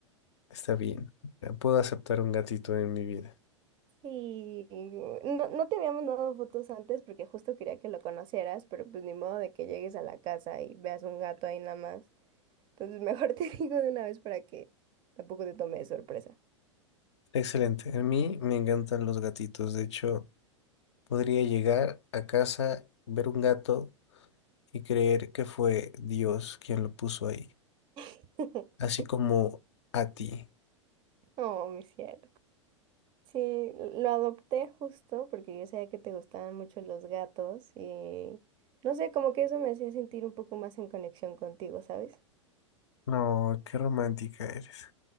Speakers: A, on the left (about 60°); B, on the right (about 30°).
A: Está bien. Puedo aceptar un gatito en mi vida.
B: Sí, no, no te había mandado fotos antes porque justo quería que lo conocieras, pero pues ni modo de que llegues a la casa y veas un gato ahí nada más. Entonces mejor <laughs> te digo de una vez para que tampoco te tome de sorpresa.
A: Excelente. A mí me encantan los gatitos. De hecho, Podría llegar a casa, ver un gato y creer que fue Dios quien lo puso ahí,
B: <laughs>
A: así como a ti.
B: Oh, mi cielo. Sí, lo adopté justo porque yo sabía que te gustaban mucho los gatos y no sé, como que eso me hacía sentir un poco más en conexión contigo, ¿sabes?
A: No, qué romántica eres.